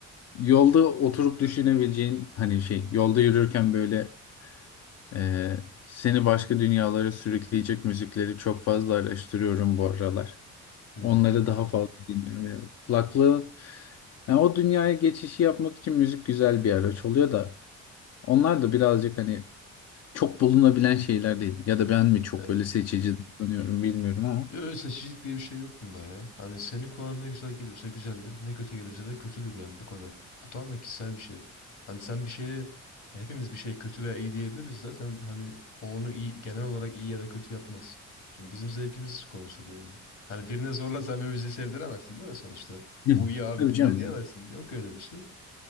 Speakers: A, on the left; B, on the left.
A: yolda oturup düşünebileceğin hani şey yolda yürürken böyle Ee, seni başka dünyalara sürükleyecek müzikleri çok fazla araştırıyorum bu aralar.
B: Hmm,
A: Onları
B: anladım.
A: daha fazla dinliyorum. Yani kulaklığı, yani o dünyaya geçişi yapmak için müzik güzel bir araç oluyor da. Onlar da birazcık hani çok bulunabilen şeyler değil. Ya da ben mi çok
B: evet.
A: böyle seçici davranıyorum bilmiyorum ama.
B: Öyle seçicilik diye bir şey yok bunda ya. Hani senin kulağına ne güzel geliyorsa güzeldir, ne kötü geliyorsa da kötüdür yani bu kadar. Bu tamamen kişisel bir şey. Hani sen bir şeye, hepimiz bir şey kötü veya iyi diyebiliriz zaten hani o onu iyi, genel olarak iyi ya da kötü yapmaz. Çünkü bizim zevkimiz konusu bu yani. Hani birine zorla sen bir müziği sevdiremezsin değil mi sonuçta?
A: <laughs> Hı.
B: Bu iyi abi
A: Tabii
B: dinle
A: canım.
B: diyemezsin. Yok öyle bir şey.